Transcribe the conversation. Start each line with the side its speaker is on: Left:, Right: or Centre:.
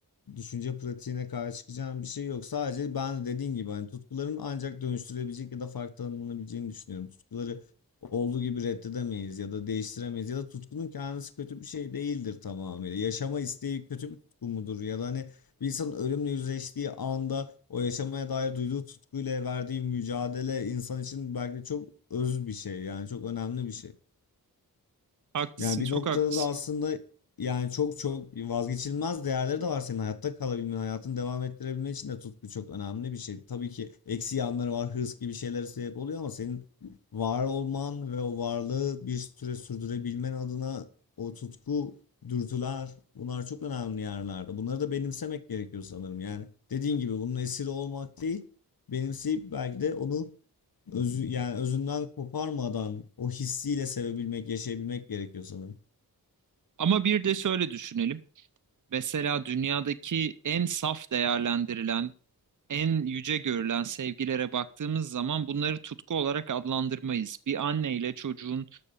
Left: düşünce pratiğine karşı çıkacağım bir şey yok. Sadece ben dediğin gibi hani tutkuların ancak dönüştürebilecek ya da farklı tanımlanabileceğini düşünüyorum. Tutkuları olduğu gibi reddedemeyiz ya da değiştiremeyiz ya da tutkunun kendisi kötü bir şey değildir tamamıyla. Yaşama isteği kötü bir tutku mudur ya da hani bir insanın ölümle yüzleştiği anda o yaşamaya dair duyduğu tutkuyla verdiği mücadele insan için belki çok öz bir şey yani çok önemli bir şey.
Right: Haklısın,
Left: Yani bir
Right: çok
Left: noktada
Right: haklısın.
Left: da aslında yani çok çok vazgeçilmez değerleri de var senin hayatta kalabilmen, hayatını devam ettirebilmen için de tutku çok önemli bir şey. Tabii ki eksi yanları var, hırs gibi şeylere sebep oluyor ama senin var olman ve o varlığı bir süre sürdürebilmen adına o tutku, dürtüler bunlar çok önemli yerlerde. Bunları da benimsemek gerekiyor sanırım. Yani dediğin gibi bunun esiri olmak değil, benimseyip belki de onu özü yani özünden koparmadan o hissiyle sevebilmek, yaşayabilmek gerekiyor sanırım
Right: Ama bir de şöyle düşünelim. Mesela dünyadaki en saf değerlendirilen, en yüce görülen sevgilere baktığımız zaman bunları tutku olarak adlandırmayız. Bir anne ile çocuğun